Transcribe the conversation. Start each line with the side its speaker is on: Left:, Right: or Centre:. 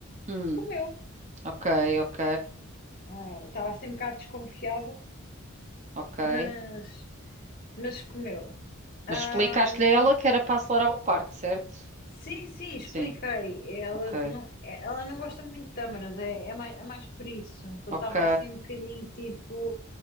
Right: Hum,
Left: comeu.
Right: ok, ok,
Left: Ah, Estava assim um bocado desconfiada.
Right: ok.
Left: Mas Mas comeu.
Right: Mas
Left: Ahm,
Right: explicaste-lhe a ela que era para acelerar o parto, certo?
Left: sim, sim, expliquei.
Right: Sim,
Left: Ela
Right: ok,
Left: não, é- ela não gosta muito de tâmaras, é, é mais, é mais por isso. Então
Right: ok.
Left: estava assim um bocadinho tipo.